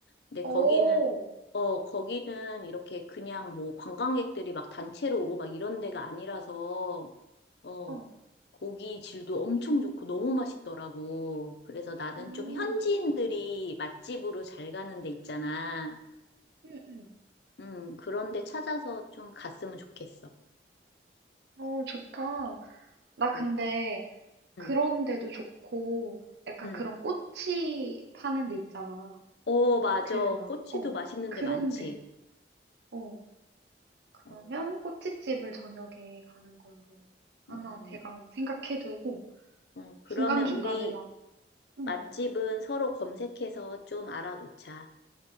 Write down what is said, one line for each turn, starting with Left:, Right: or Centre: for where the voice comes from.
Left: 근데
Right: 오,
Left: 거기는 어, 거기는 이렇게 그냥 뭐 관광객들이 막 단체로 오고 막 이런 데가 아니라서, 어,
Right: 어,
Left: 고기 질도 엄청 좋고 너무 맛있더라고. 그래서 나는
Right: 음,
Left: 좀 현지인들이 맛집으로 잘 가는 데 있잖아.
Right: 응, 응.
Left: 음, 그런 데 찾아서 좀 갔으면 좋겠어.
Right: 어, 좋다. 나 근데
Left: 음, 음,
Right: 그런데도 좋고, 약간
Left: 음.
Right: 그런 꼬치 파는 데 있잖아.
Left: 어, 맞아.
Right: 그 막,
Left: 꼬치도
Right: 어,
Left: 맛있는
Right: 그런데,
Left: 데 많지.
Right: 어, 그러면
Left: 어,
Right: 꼬치집을 저녁에 가는 걸로 하나
Left: 음,
Right: 대강 생각해두고,
Left: 어, 그러면
Right: 중간중간에
Left: 우리
Right: 막, 음,
Left: 맛집은 서로 검색해서 좀 알아놓자.